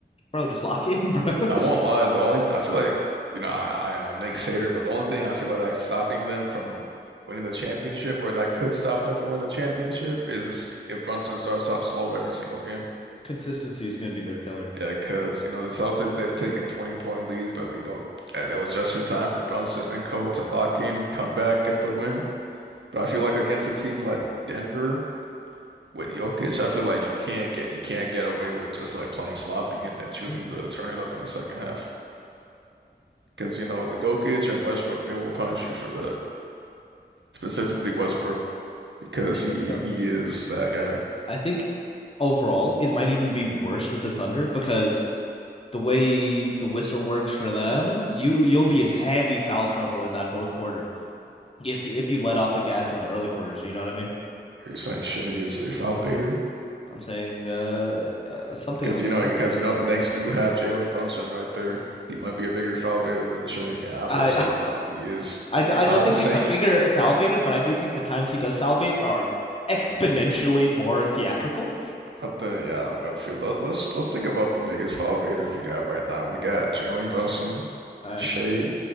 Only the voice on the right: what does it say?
I won't
lie. The only I feel like you know I, I am a Sater, but the only thing I feel like like stopping them from winning the championship or that could stop them from winning the championship is if Brunson starts off slow every single game.
Yeah, because you know the Celtics they've taken 20 point leads, but you know that, that was just in time for Brunson and Co to lock in, come back, get the win. But I feel like against a team like Denver with Jokic, I feel like you can't get you can't get away with just like playing sloppy and then choosing
to turn it up in the second half. Because, you know, Jokic and Westbrook, they will punish you for that. Specifically Westbrook, because
he
he is that guy.
Are you saying Shea is a foul baiter?
Because
you
know,
because you know, the Knicks do have Jalen Brunson right there. He might be a bigger foul baiter than Shea. and I will
say
he probably is.
Yeah,
I
will
say,
<laughs> I think, yeah, I feel. Let, let's let's think about the biggest foul baiters we got right now. We got Jalen Brunson,
Shea,